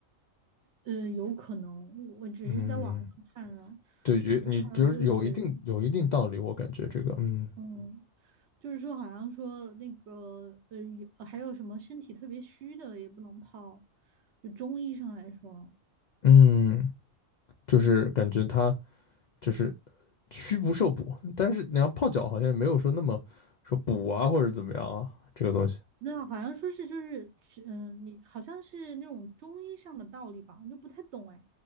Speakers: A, on the right (about 65°); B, on the left (about 85°).
A: 呃，有可能，我我只是在网上看啊，
B: 嗯，对，觉你就是有一定有一定道理，
A: 就看到就是
B: 我感觉这个，嗯
A: 嗯。就是说好像说那个呃有呃还有什么身体特别虚的也不能泡，就中医上来说，
B: 嗯，就是感觉他就是虚不受补，但是你要泡脚好像也没有说那么说补啊或者怎么样啊这个东西。
A: 那好像说是就是嗯，你好像是那种中医上的道理吧，我就不太懂哎。